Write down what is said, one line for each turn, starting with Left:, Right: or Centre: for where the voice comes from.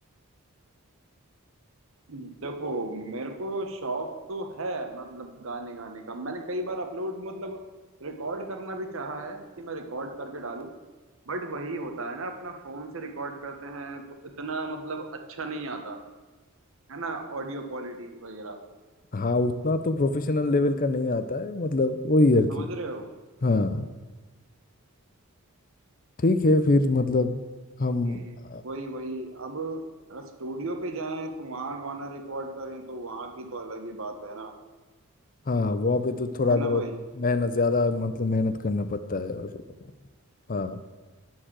Right: देखो मेरे को शौक तो है मतलब गाने गाने का मैंने कई बार अपलोड मतलब रिकॉर्ड करना भी चाहा है कि मैं रिकॉर्ड करके डालूं बट वही होता है ना अपना फोन से रिकॉर्ड करते हैं तो इतना मतलब अच्छा नहीं आता है ना ऑडियो क्वालिटी वगैरह
Left: हाँ उतना तो प्रोफेशनल लेवल का नहीं आता है मतलब वही यार
Right: समझ
Left: की
Right: रहे हो
Left: हाँ ठीक है फिर मतलब हम
Right: हम्म
Left: अ,
Right: वही वही अब अगर स्टूडियो पे जाएं तो वहां गाना रिकॉर्ड करें तो वहां की तो अलग ही बात है ना
Left: हाँ वहाँ पे तो थोड़ा
Right: है
Left: बहुत
Right: ना भाई
Left: मेहनत ज्यादा मतलब मेहनत करना पड़ता है और हाँ